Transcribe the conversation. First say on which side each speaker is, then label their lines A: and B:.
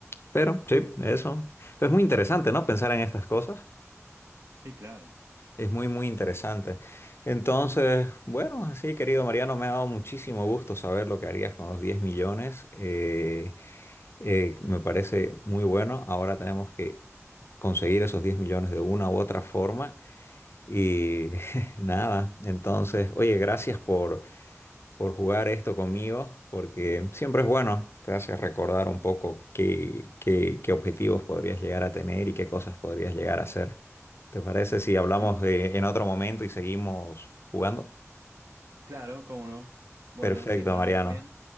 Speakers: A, on the left; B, on the right.
A: Pero sí, eso. Pero es muy interesante, ¿no? Pensar en estas cosas.
B: Sí, claro.
A: Es muy, muy interesante. Entonces, bueno, sí, querido Mariano, me ha dado muchísimo gusto saber lo que harías con los 10 millones. Eh, eh, me parece muy bueno. Ahora tenemos que conseguir esos 10 millones de una u otra forma. Y <laughs> nada, entonces, oye, gracias por, por jugar esto conmigo, porque siempre es bueno, te hace recordar un poco qué, qué, qué objetivos podrías llegar a tener y qué cosas podrías llegar a hacer. ¿Te parece si hablamos
B: sí,
A: de- en otro momento y seguimos jugando?
B: claro, cómo no. Bueno,
A: Perfecto,
B: sí, para
A: Mariano.
B: mí también